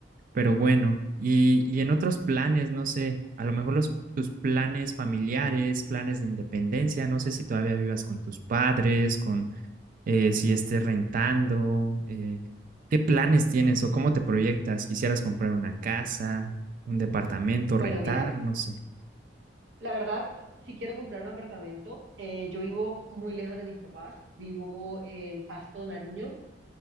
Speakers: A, on the right (about 50°); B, on the right (about 80°).
A: Pero bueno, y, y en otros planes, no sé, a lo mejor los, tus planes familiares, planes de independencia, no sé si todavía vivas con tus padres, con eh, si estés rentando, eh, ¿qué planes tienes o cómo te proyectas? ¿Quisieras comprar una casa, un departamento,
B: Bueno,
A: rentar?
B: mira,
A: No sé.
B: la verdad, si quiero comprar un apartamento, eh, yo vivo muy lejos de mis papás, vivo en Pasto, Nariño,